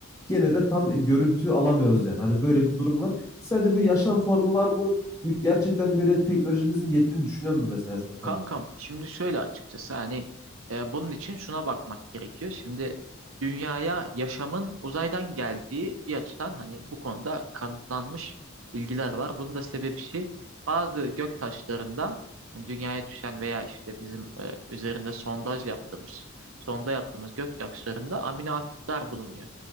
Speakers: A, on the left (about 15°); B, on the right (about 75°).
A: gene de tam görüntü alamıyoruz yani. Hani böyle bir durum var. Sence bu yaşam formu var mı? Bu gerçekten böyle teknolojimizin yettiğini düşünüyor musun mesela sen? kanka?
B: Kankam şimdi şöyle açıkçası hani e, bunun için şuna bakmak gerekiyor. Şimdi dünyaya yaşamın uzaydan geldiği bir açıdan hani bu konuda kanıtlanmış bilgiler var. Bunun da sebebi şey bazı gök taşlarında hani dünyaya düşen veya işte bizim e, üzerinde sondaj yaptığımız sonda yaptığımız gök taşlarında amino asitler bulunuyor.